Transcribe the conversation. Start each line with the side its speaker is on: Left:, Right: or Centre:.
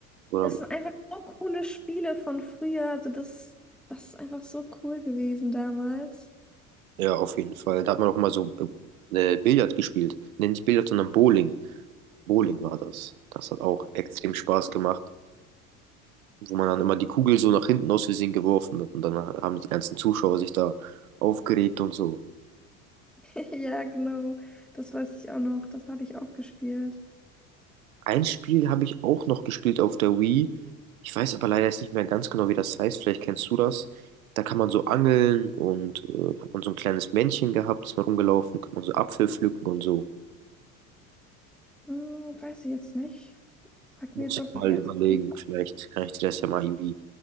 Right: Oder,
Centre: das sind einfach so coole Spiele von früher. Also das, das ist einfach so cool gewesen damals.
Right: ja, auf jeden Fall. Da hat man auch mal so äh, äh, Billard gespielt. Nee, nicht Billard, sondern Bowling. Bowling war das. Das hat auch extrem Spaß gemacht, wo man dann immer die Kugel so nach hinten aus Versehen geworfen hat und dann haben die ganzen Zuschauer sich da aufgeregt und so.
Centre: <laughs> Ja, genau. Das weiß ich auch noch. Das habe ich auch gespielt.
Right: Ein Spiel habe ich auch noch gespielt auf der Wii. Ich weiß aber leider jetzt nicht mehr ganz genau, wie das heißt. Vielleicht kennst du das. Da kann man so angeln und äh, hat man so ein kleines Männchen gehabt, ist mal rumgelaufen, kann man so Apfel pflücken und so.
Centre: Hm, weiß ich jetzt nicht. Sagt
Right: Muss
Centre: mir jetzt
Right: ich
Centre: auf
Right: mal
Centre: den ersten.
Right: überlegen. Vielleicht kann ich dir das ja mal irgendwie